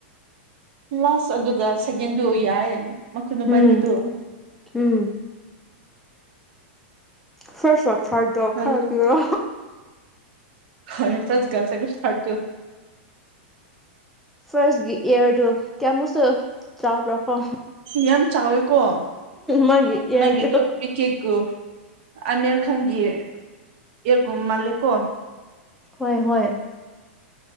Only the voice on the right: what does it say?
ꯂꯥꯁ ꯑꯗꯨꯒ ꯁꯦꯀꯦꯟꯗꯨ ꯌꯥꯏ ꯃꯈꯣꯏ ꯃꯕꯥꯅꯤꯗꯨ
ꯍꯣꯏ
ꯍꯣꯏ ꯐꯁꯒ ꯁꯒꯁ ꯁꯥꯔ ꯇꯣ
ꯌꯥꯝ ꯆꯥꯎꯋꯦꯀꯣ
ꯅꯪꯒꯤꯗꯨ ꯄꯤ ꯀꯦꯛꯀꯨ ꯑꯅꯦꯔ ꯈꯪꯗꯤꯌꯦ ꯌꯦꯛꯒꯨꯝ ꯃꯥꯜꯂꯦꯀꯣ